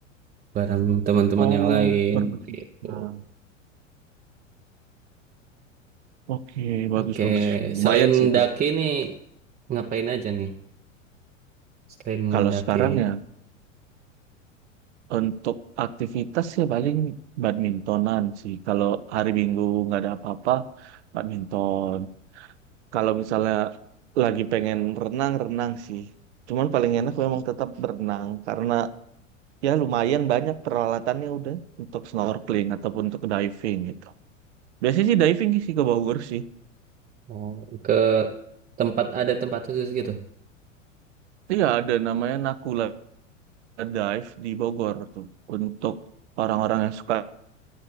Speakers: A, on the right; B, on the right.
A: bareng teman-teman
B: Oh,
A: yang lain
B: perbukitan.
A: begitu
B: Oke, bagus
A: Oke,
B: bagus. Lumayan
A: selain
B: sih itu.
A: daki nih ngapain aja nih? Selain
B: Kalau
A: mendaki,
B: sekarang ya untuk aktivitas ya paling badmintonan sih. Kalau hari Minggu nggak ada apa-apa, badminton. Kalau misalnya lagi pengen renang, renang sih. Cuman paling enak memang tetap berenang karena ya lumayan banyak peralatannya udah untuk snorkeling ataupun untuk diving gitu. Biasanya sih diving sih ke Bogor sih.
A: oh, ke tempat ada tempat khusus gitu.
B: Iya ada namanya Nakula Dive di Bogor tuh untuk orang-orang yang suka